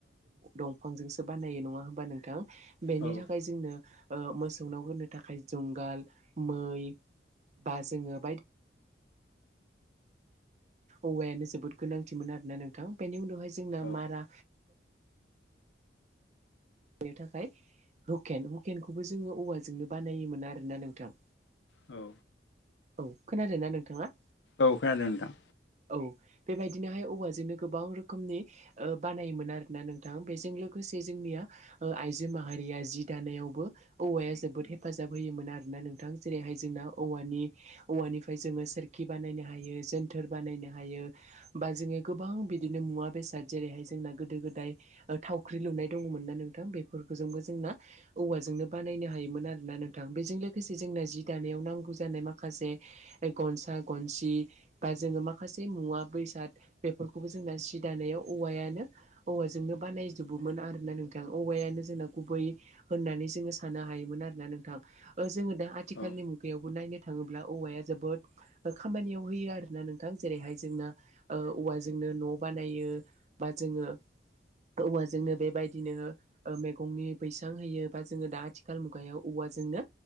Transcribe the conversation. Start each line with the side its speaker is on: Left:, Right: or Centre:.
Right: दंफांजोंसो बानायो नङा होमबा नोंथां? बेनि
Left: औ औ
Right: थाखाय जोंनो ओ मोसौनाव होनो थाखाय जुंगाल मै बा जोङो बायदि। औवायानो जोबोद गोनांथिमोन आरोना नोंथाङा बेनि उनावहाय जोंना
Left: औ
Right: मारा। बेनो थाखाय हुकेन हुकेनखौबो जोङो औवाजोंनो बानायोमोन आरोना नोंथां।
Left: औ
Right: औ खोनादों ना नोंथांङा?
Left: औ खोनादों नोंथां।
Right: औ बेबायदिनोहाय औवाजोंनो गोबां रोखोमनि ओ बानायोमोन आरोना नोंथां बेजों लोगोसे जोंनिया ओ आइजो माहारिया जि दानायावबो औवाया जोबोद हेफाजाब होयोमोन आरोना नोंथां जेरैहाय जोंना औवानि औवानिफ्राय जोंङो सोरखि बानायनो हायो जोनथोर बानायनो हायो। बा जोंङो गोबां बिदिनो मुवा बेसाद जेरैहाय जोंना गोदो गोदाय थावख्रि लुनाय दङमोन ना नोंथां बेफोरखौजोंबो जोंना। औवाजोंनो बानायनो हायोमोन आरो ना नोंथां बेजों लोगोसे जोंना जि दानायाव नांगौ जानाय माखासे, गनसा गनसि बा जोङो माखासे मुवा बेसाद बेफोरखौबो जोंना सि दानायाव औवायानो, औवाजोंनो बानायजोबोमोन आरोना नोंथां। औवायानो जोंना गुबै होननानै जोङो साननो हायोमोन आरो ना नोंथां ओ जो दा आथिखालनि
Left: औ
Right: मुगायावबो नायनो थाङोब्ला औवाया जोबोद। खामानियाव होयो आरो ना नोंथां जेरैहाय जोंना ओ औवाजोंनो न' बानायो। बा जोङो औवाजोंनो बेबाय दि नोंङो ओ मैगंनि बैसां होयो बा जोंङो दा आथिखाल मुगायाव औवाजोंनो